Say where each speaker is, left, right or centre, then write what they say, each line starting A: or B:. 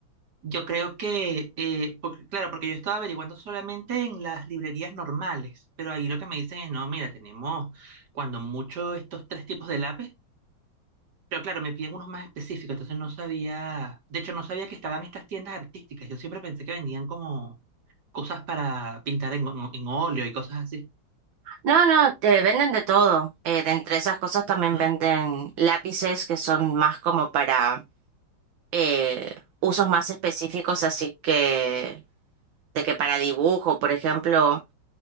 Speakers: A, on the right; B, on the right.
A: Yo creo que, eh, porque- claro, porque yo estaba averiguando solamente en las librerías normales, pero ahí lo que me dicen es, no, mira, tenemos cuando mucho estos tres tipos de lápiz, pero claro, me piden unos más específicos, entonces no sabía, de hecho no sabía que estaban estas tiendas artísticas, yo siempre pensé que vendían como cosas para pintar en, en óleo y cosas así.
B: No, no, te venden de todo. Eh, de entre esas cosas también
A: Mm,
B: venden lápices que son más como para eh, usos más específicos, así que de que para dibujo, por ejemplo,